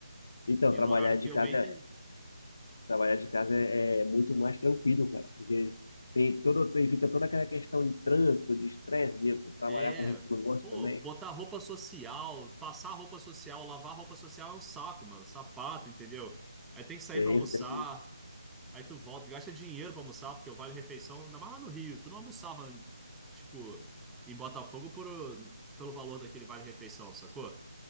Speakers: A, on the left (about 50°); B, in the centre.
A: então
B: E
A: trabalhar
B: no horário
A: de
B: que eu
A: casa,
B: bem entendo,
A: é- trabalhar de casa é, é muito mais tranquilo, cara, porque tem todo, tem- evita toda aquela questão de trânsito, de estresse, de trabalhar
B: é,
A: com gente que não gosta
B: pô,
A: também.
B: botar roupa social, passar roupa social, lavar roupa social é um saco, mano. Sapato, entendeu? Aí tem que sair
A: Sei,
B: pra almoçar,
A: sei,
B: aí tu volta, gasta dinheiro pra almoçar, porque o vale refeição, ainda mais lá no Rio, tu não almoçava, tipo, em Botafogo por, pelo valor daquele vale refeição, sacou?